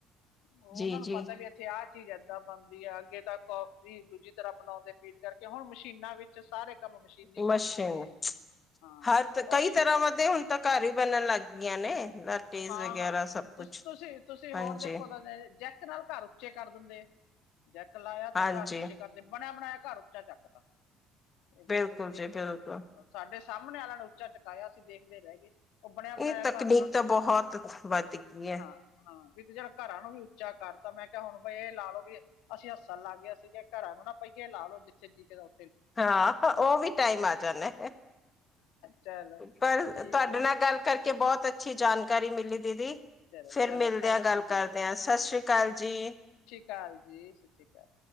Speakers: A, on the left; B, on the left.
A: ਉਹਨਾਂ
B: ਜੀ
A: ਨੂੰ
B: ਜੀ
A: ਪਤਾ ਵੀ ਇੱਥੇ ਆਹ ਚੀਜ਼ ਏਦਾਂ ਬਣਦੀ ਆ ਅੱਗੇ ਤੱਕ ਕੌਫੀ ਦੂਜੀ ਤਰ੍ਹਾਂ ਬਣਾਉਂਦੇ ਪੀਟ ਕਰਕੇ ਹੁਣ ਮਸ਼ੀਨਾਂ ਵਿੱਚ ਸਾਰੇ ਕੰਮ
B: <unintelligible>
A: ਮਸ਼ੀਨੀ ਕੰਮ ਹੋ ਗਏ ਆ ਹਾਂ
B: ਹਰ ਤ
A: ਵਾਸ਼ਿੰਗ
B: ਕਈ ਤਰਾਵਾਂ
A: ਵਾਲੇ
B: ਦੇ ਹੁਨ ਤਾ ਘਰ ਹੀ ਬਨਨ ਲੱਗ ਗਿਆਂ ਨੇ। ਲਟੇਜ਼
A: ਹਾਂ,
B: ਵਗੈਰਾ
A: ਹਾਂ
B: ਸਭ ਕੁਛ
A: ਤੁ ਤੁਸੀ, ਤੁਸੀ ਹੋਰ
B: ਹਾਂਜੀ
A: ਦੇਖੋ <unintelligible> ਜੈਕ ਨਾਲ ਘਰ ਉੱਚੇ ਕਰ ਦਿੰਦੇ, ਜੈਕ ਲਾਏਆ ਤੇ
B: ਹਾਂਜੀ
A: ਘਰ ਉੱਚੇ ਕਰਦੇ ਬਨੇਆ ਬਨਾਆ ਘਰ ਉੱਚਾ ਚੱਕਤਾ, ਏ
B: ਬਿਲਕੁਲ
A: ਮਤਲਬ ਕਿ
B: ਜੀ
A: ਅ‌‌
B: ਬਿਲਕੁਲ
A: ਸਾਡੇ ਸਾਮਨੇ ਵਾਲੇਆਂ ਨੇ ਉਚਾ ਚੁਕਾਏਆ ਅਸੀਂ ਵੇਖਦੇ ਰੇਗੇ, ਓ ਬਨਆ ਬਨਾਆ
B: ਇਹ ਤਕਨੀਕ
A: ਘਰ ਉਨਾਂ ਨੇ
B: ਤਾਂ
A: ਕਿੰਨਾ
B: ਬਹੁਤ ਵੱਧ ਗਈ ਹੈ
A: ਹਾਂ, ਹਾਂ ਵਿੱਚ ਜੇੜਾ ਘਰਾਂ ਨੂੰ ਵੀ ਉਚਾ ਕਰਤਾ ਮੈਂ ਕੇਆ ਹੁਨ ਏਹ ਲਾਓ ਵੀ ਅਸੀ ਹੱਸਣ ਲੱਗ ਗੇ ਅਸੀ ਕੇਆ ਘਰਾਂ ਨੂੰ ਨਾ ਪਈਏ ਲਾ ਲਓ ਜਿੱਥੇ ਜੀ ਕਰੇ ਓ
B: ਹਾਂ, ਓ ਵੀ ਟਾਈਮ ਆ ਜਾਂਨਾ,
A: ਚਲੋ
B: ਪਰ
A: ਠੀਕ
B: ਤਾਡੇ
A: ਹੈ
B: ਨਾਲ
A: ਜੀ
B: ਗੱਲ ਕਰਕੇ ਬੋਤ ਅੱਛੀ ਜਾਨਕਾਰੀ ਮਿਲੀ ਦੀਦੀ।
A: ਚਲੋ
B: ਫੇਰ
A: ਚਲੋ
B: ਮਿਲਦੇ
A: ਥੈਂਕ
B: ਆਂ ਗੱਲ
A: ਯੂ ਜੀ
B: ਕਰਦੇ ਆਂ, ਸ਼ਾਸ਼੍ਰੀ ਕਾਲ ਜੀ।
A: ਕਾਲ ਜੀ, ਸਸੀ ਕਾਲ।